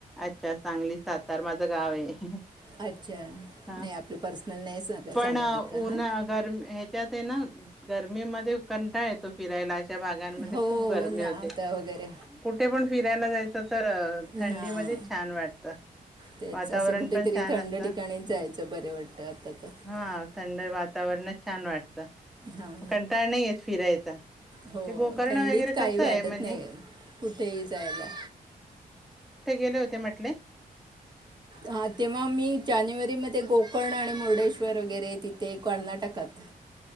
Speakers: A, in the centre; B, on the right (about 30°).
A: अच्छा -- सांगली सातार माझं गावयं. हा
B: अच्छा नाही आपलं पर्सनल नाही सांग
A: पण
B: सांगू नका
A: उन्ह
B: हां
A: गरम ह्याच्यात हैना गर्मीमध्ये कंटाळा येतो फिरायला अशा भागांमध्ये
B: हो
A: खूप गर्मी
B: हो ना
A: होते.
B: आता वगैरे
A: कुठे पण फिरायला जायचं तर
B: हां
A: थंडी मध्येच छान वाटत.
B: तेच
A: वातावरण
B: असं कुठेतरी
A: पण छान
B: थंड
A: असत.
B: ठिकाणी जायचं बरं वाटतं आता तर
A: हा थंड वातावरणात छान वाटतं. ता.
B: हां
A: कंटाळ नाहीयेत फिरायचा
B: हो
A: ते गोकर्ण
B: थंडीत
A: वगैरे
B: काही
A: कसं
B: वाटत
A: आहे म्हणजे?
B: नाही कुठेही जायला.
A: गले होते म्हटले.
B: हा तेव्हा मी जानेवारी मध्ये कोकर्ण आणि मुर्डेश्वर वगैरे तिथे कर्नाटकात.